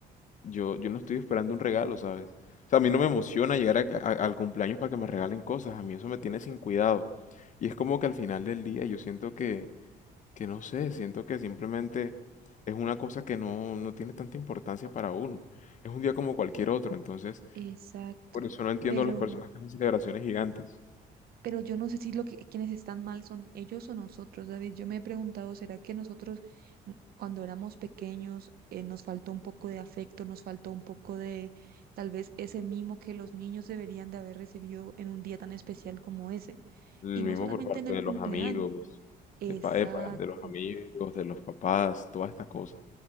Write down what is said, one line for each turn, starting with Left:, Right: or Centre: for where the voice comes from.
Left: Yo, yo no estoy esperando un regalo, ¿sabes? O sea, a mí no me emociona llegar a- a- al cumpleaños para que me regalen cosas. A mí eso me tiene sin cuidado. Y es como que al final del día yo siento que, que no sé, siento que simplemente es una cosa que no, no tiene tanta importancia para uno. Es un día como cualquier otro, entonces...
Right: Exacto.
Left: Por eso no entiendo
Right: Pero
Left: las personas que hacen celebraciones gigantes.
Right: Pero yo no sé si lo que quienes están mal son ellos o nosotros, David. Yo me he preguntado, ¿será que nosotros mm, cuando éramos pequeños eh, nos faltó un poco de afecto, nos faltó un poco de tal vez ese mimo que los niños deberían de haber recibido en un día tan especial como ese?
Left: El
Right: Y
Left: mismo
Right: no solamente
Left: por parte
Right: en el
Left: de
Right: cumpleaños.
Left: los amigos,
Right: Exacto.
Left: epa, epa, de los amigos, de los papás, toda esta cosa.